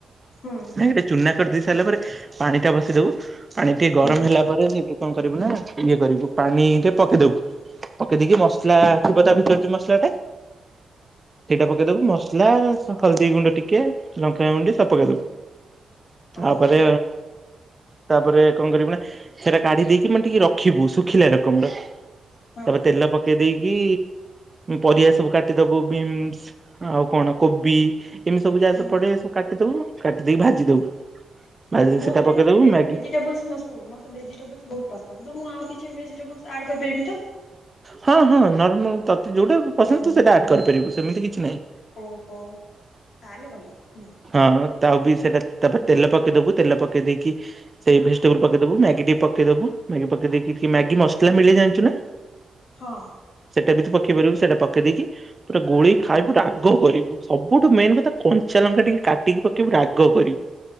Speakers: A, on the left (about 65°); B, on the right (about 15°).
A: ହୁଁ
B: ନାଇଁ ହେଇଟା ଚୁନା କରିଦେଇ ସାରିଲା ପରେ ପାଣି ଟା ବସେଇଦବୁ। ପାଣି ଟିକେ ଗରମ
A: ହୁଁ
B: ହେଲା ପରେ ସେଇଠୁ କଣ କରିବୁ ନା ଇଏ କରିବୁ ପାଣି ରେ ପକେଇଦବୁ ପକେଇ ଦେଇକି ମସଲା ଥିବ ତା ଭିତରେ ଯୋଉ ମସଲା ଟା ସେଇଟା ପକେଇଦବୁ ମସଲା ହଳଦୀ ଗୁଣ୍ଡ ଟିକେ ଲଙ୍କା ଗୁଣ୍ଡି ସବ ପକେଇଦବୁ। ତାପରେ
A: ଓହୋ
B: ତାପରେ କଣ କରିବୁ ନା ସେଇଟା କାଢି ଦେଇକି କି ମାନେ ଟିକେ ରଖିବୁ ଶୁଖିଲା ରକମର
A: ହଁ
B: ତାପରେ ତେଲ ପକେଇ ଦେଇ କି ପରିବା ସବୁ କାଟିଦବୁ ବିମ୍ସ, ଆଉ କଣ କୋବି କେମି ସବୁ ଯାହା
A: ହୁଁ
B: ପଡେ ସବୁ କାଟିଦବୁ। କାଟି ଦେଇକି ଭାଜି ଦବୁ। ଭାଜି
A: ହଁ
B: ଦେଇକି
A: ମତେ
B: ସେଟା ପକେଇଦବୁ
A: ମାନେ ଭେ
B: ମ୍ୟାଗି
A: ଭେଜିଟେବୁଲ ମତେ ଭେଜିଟେବୁଲ୍ ବହୁତ ପସନ୍ଦ। ତ ମୁଁ ଆଉ କିଛି ଭେଜିଟେବଲ ଆଡ କରିପାରିବି ତ।
B: ହଁ ହଁ ନର୍ମାଲ ତତେ ଯୋଉଟା ପସନ୍ଦ ତୁ ସେଟା ଆଡ କରିପାରିବୁ ସେମିତି କିଛି ନାହିଁ।
A: ଓହୋ ତାହେଲେ ଭଲା ହୁଁ।
B: ହଁ ତା ବି ସେଇଟା ତାପରେ ତେଲ ପକେଇଦବୁ ତେଲ ପକେଇ ଦେଇକି ସେଇ ଭେଜିଟେବୁଲ ପକେଇବୁ ମ୍ୟାଗି ଟିକେ ପକେଇଦବୁ ମ୍ୟାଗି ପକେଇ ଦେଇକି ଟିକେ ମ୍ୟାଗି ମସଲା ମିଳେ ଜାଣିଛୁ ନା।
A: ହଁ।
B: ସେଇଟା ବି ତ ପକେଇ ପାରିବୁ ସେଇଟା ପକେଇ ଦେଇେକି ପୁରା ଗୋଳଇକି ଖାଇବୁ ରାଗ କରିବୁ ସବୁଠୁ ମେନ କଥା କଞ୍ଚା ଲଙ୍କା ଟିକେ କାଟିକି ପକେଇବୁ ରାଗ କରିବୁ।